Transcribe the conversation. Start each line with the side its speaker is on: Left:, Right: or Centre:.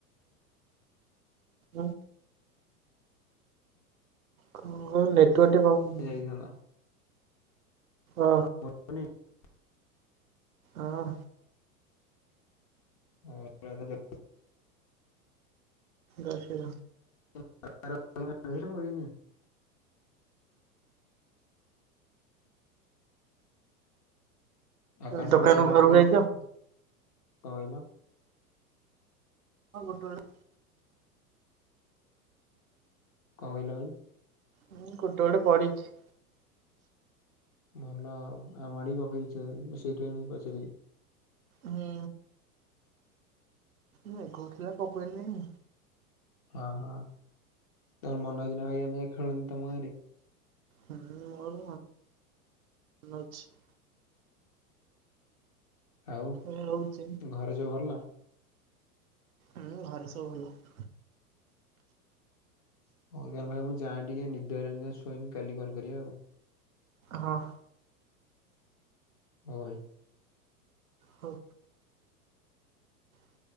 Right: ଉଁ। କଣ କହିଲୁ ନେଟୱାର୍କ ଟିକେ ପାଉନି।
Left: କି ହେଲା?
Right: ହଁ।
Left: <unintelligible>
Right: ଆ-ଆ।
Left: ହଁ <unintelligible>
Right: ଜୟ ଶ୍ରୀ ରାମ।
Left: <unintelligible> ଆକାଶରେ
Right: ଦୋକାନରୁ
Left: ଭାଇ ତାରା
Right: ଘରକୁ
Left: ପକେଇଛି
Right: ଯାଇଛ?
Left: ନା କଣ, କଣ କହିଲ?
Right: ହଁ ଗୋଟେ ଗୋଟେ
Left: କଣ କହିଲ ଭାଇ?
Right: ହୁଁ ଗୋଟେ ଗୋଟେ ପଡିଛି।
Left: ଭଲ ଆଉ ଆମ ଆଡେ ବି ପକେଇଛି ଯେ ମୁଁ ସେଇଥିପାଇଁ ମୁଁ ପଚାରିଲି।
Right: ହୁଁ ମେଘ ଉଠେଇଲା ପକେଇନି।
Left: ହଁ ହଁ ତୋର ମନ ଅଛି ନାଁ ଭାଇ ଆମେ ଖେଳନ୍ତି ତମ ଗାଁ ରେ?
Right: ହୁଁ ହୁ ମୋର ମନ ଅଛି <inaudible>
Left: ଆଉ।
Right: ଏ ରହୁଛି <unintelligible>
Left: ଘରେ ସବୁ ଭଲ ନା?
Right: ହୁଁ ଘରେ ସବୁ ଭଲ।
Left: ହଉ ଜ୍ଞାନ ଭାଇ ମୁଁ ଯାଏଁ ଟିକେ ନିଦଆଇଲାଣି ଯାଏଁ ଶୋଇବି କାଲି କଲ୍ କରିବା ଆଉ।
Right: ହଁ।
Left: ହଉ ଭାଇ।
Right: ହଉ <inaudible>